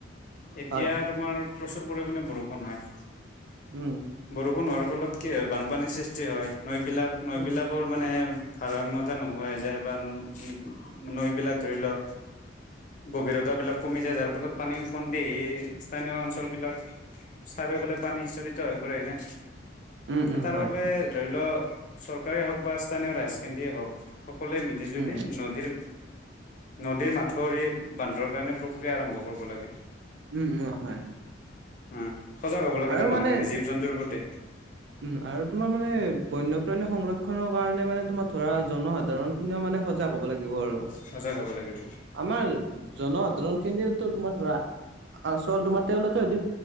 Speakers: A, on the left; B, on the right.
A: এতিয়াত
B: হয়
A: তোমাৰ প্ৰচুৰ পৰিমাণে বৰষুণ হয়।
B: উম
A: বৰষুণ হোৱাৰ ফলত কি হয় বানপানীৰ সৃষ্টি হয় নৈবিলাক নৈবিলাক
B: উম
A: বোৰ মানে ভাৰসাম্যতা নোহোৱা হৈ যায় বা নো ন নৈবিলাক ধৰি ল গভীৰতা বিলাক কমি যায় যাৰ ফলত পানী উফন্দি আহি স্থানীয় অঞ্চ ঞ্চলবিলাক চাৰিওফালে পানী সিচৰিত হৈ পৰে নে
B: উম উম
A: এ তাৰ
B: হয়
A: বাবে ধৰি ল চৰকাৰেই হওক বা স্থানীয় ৰাইজকেন্দ্ৰিয়েই হওক সকলোৱে মিলি জুলি
B: উম
A: নদীৰ নদীৰ মাথউৰি বান্ধৰ কাৰণে প্ৰক্ৰিয়া আৰম্ভ কৰিব লাগে
B: উম উম হয়
A: উম সজাগ হব লাগেতো
B: আৰু মানে
A: মানুহে জীৱ জন্তুৰ প্ৰতি
B: উম আৰু তোমাৰ মানে বন্যপ্ৰাণী সংৰক্ষনৰ কাৰণে মানে তোমাৰ ধৰা জনসাধাৰণ স মানে সজাগ হ'ব লাগিব আৰু।
A: সজাগ হব লাগিব।
B: আমাৰ জনসাধাৰণ কেন্দ্ৰীয়তো তোমাৰ ধৰা আচল তোমাৰ তেওঁলোকে যদি